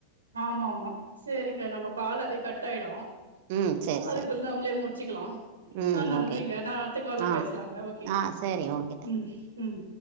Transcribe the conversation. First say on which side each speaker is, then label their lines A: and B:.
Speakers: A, on the right; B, on the right.
A: ஆமா ஆமா செரிங்க நம்ம கால் அதே கட் ஆயிடும்
B: ம் சேரி
A: அது
B: சேரி
A: கொஞ் நம்மளே முடிச்சிக்கலாம்
B: ம்
A: ஆ நன்றிங்க
B: ஓகேங்க
A: நா அடுத்த கால்ல
B: ஆ
A: பேசலாங்க ஓகே
B: ஆ சேரி ஓகே தேங்க்
A: ம் ம்